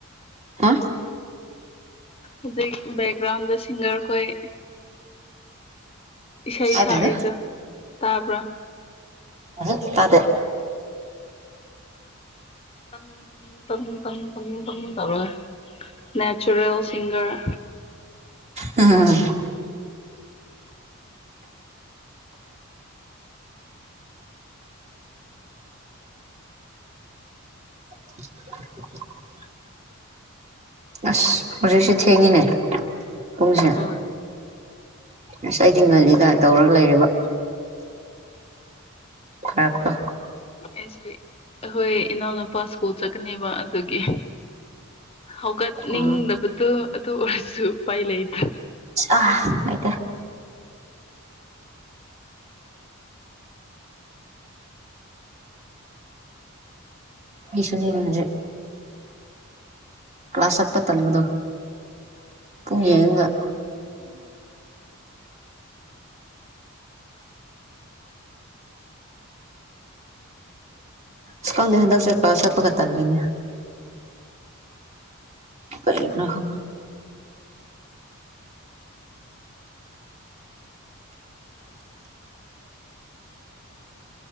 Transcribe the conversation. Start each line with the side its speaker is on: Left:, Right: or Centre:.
Right: ꯍꯥ
Left: ꯍꯧꯖꯤꯛ ꯕꯦꯛꯒ꯭ꯔꯥꯎꯟꯗ ꯁꯤꯡꯒꯔꯈꯣꯏ ꯏꯁꯩ
Right: ꯇꯥꯗꯦꯗ
Left: ꯁꯛꯛꯗ ꯇꯥꯕ꯭ꯔꯥ
Right: ꯑ ꯇꯗꯦ
Left: ꯪꯪ ꯇꯝ ꯇꯝ ꯇꯝ ꯇꯝ ꯇꯔ ꯅꯦꯆꯔꯦꯜ ꯁꯤꯁꯤꯡꯒꯔ
Right: ꯎꯝ <inaudible> <inaudible> ꯑꯁ ꯍꯧꯖꯤꯛ ꯍꯧꯁꯨ ꯊꯦꯡꯉꯤꯅꯦ ꯄꯨꯡꯁꯤꯅ
Left: ꯍꯣꯏ
Right: ꯑꯁ ꯑꯩꯗꯤ ꯉꯜꯂꯤꯒꯥꯏ ꯇꯧꯔꯒ ꯂꯩꯔꯦꯕ ꯍꯛꯇꯣ
Left: ꯑꯩꯁꯨ ꯑꯩꯈꯣꯏ ꯏꯅꯥꯎꯅꯨꯄꯥ ꯁ꯭ꯀꯨꯜ ꯆꯠꯀꯅꯦꯕ ꯑꯗꯨꯒꯤ ꯍꯧꯒꯠꯅꯤꯡꯗꯕꯗꯣ
Right: ꯎꯝ
Left: ꯑꯗꯨ ꯑꯣꯏꯔꯁꯨ ꯎꯄꯥꯏ ꯂꯩꯗ
Right: ꯑ ꯑꯗ ꯑꯩꯁꯨꯅꯤꯔꯖꯦ ꯀ꯭ꯂꯥꯁ ꯆꯠꯄ ꯇꯟꯕꯗꯣ ꯄꯨꯡ
Left: ꯎꯝ
Right: ꯌꯦꯉꯒ ꯁꯀꯪꯗ ꯍꯟꯗꯛ ꯆꯠꯄ ꯆꯠꯄꯒ ꯇꯜ ꯂꯩꯅꯦꯦ ꯀꯩꯅꯅ ꯍ